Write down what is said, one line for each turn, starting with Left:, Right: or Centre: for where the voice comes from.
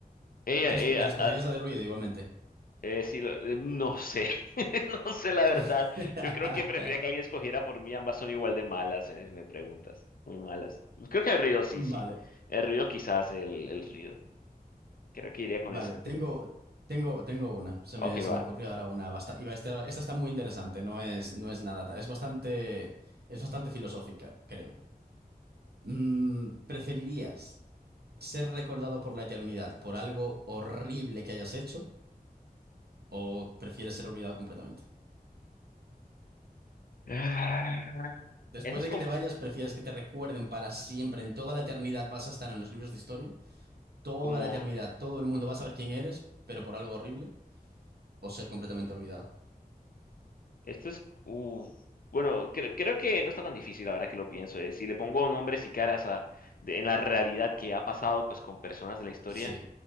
Left: Ella,
Right: Entonces,
Left: ella,
Right: ¿qué escogerías
Left: ah,
Right: la de ruido igualmente?
Left: eh, sí, lo- eh, no sé, <laughs> no sé la verdad.
Right: <laughs>
Left: Yo creo que prefería que alguien escogiera por mí, ambas son igual de malas, eh, si me preguntas. Muy malas. Creo que el ruido sí,
Right: Vale,
Left: sí. El ruido quizás, el, el ruido. Creo que iría con
Right: vale.
Left: esa.
Right: Tengo,
Left: <laughs>
Right: tengo, tengo una. Se
Left: Ok,
Right: me, se
Left: va.
Right: me ocurrió ahora una. Basta y va- esta, esta está muy interesante. No es, no es nada. ta- Es bastante, es bastante filosófica, creo. Mm, ¿preferirías ser recordado por la eternidad por algo horrible que hayas hecho o prefieres ser olvidado completamente?
Left: Ah,
Right: Después
Left: Esa es
Right: de
Left: com-
Right: que te vayas, prefieres que te recuerden para siempre. En toda la eternidad vas a estar en los libros de historia. Toda
Left: como.
Right: la eternidad. Todo el mundo va a saber quién eres, pero por algo horrible. O ser completamente olvidado.
Left: Esto es, uf, bueno, cre- creo que no está tan difícil ahora que lo pienso. eh. Si le pongo nombres y caras a, de- en la realidad que ha pasado pues con personas de la historia.
Right: Sí,